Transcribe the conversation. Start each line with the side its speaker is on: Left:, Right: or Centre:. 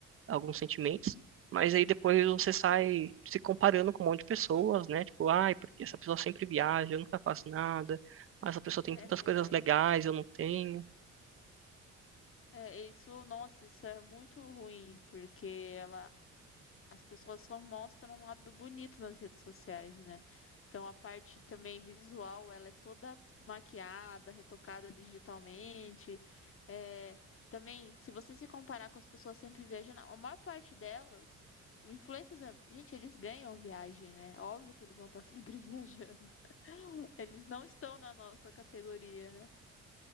Right: alguns sentimentos. Mas aí depois você sai se comparando com um monte de pessoas, né? Tipo, ai, porque essa pessoa sempre viaja, eu nunca faço nada. Ah, Essa pessoa tem
Left: É,
Right: tantas coisas legais, eu não tenho.
Left: é, isso, nossa, isso é muito ruim, porque ela, as pessoas só mostram um lado bonito nas redes sociais, né? Então a parte também visual, ela é toda maquiada, retocada digitalmente. É, também, se você se comparar com as pessoas sempre viajando, a maior parte delas, influencers mesmo, gente, eles ganham viagem, né? Óbvio que eles vão estar sempre <laughs> viajando. Eles não estão na nossa categoria, né?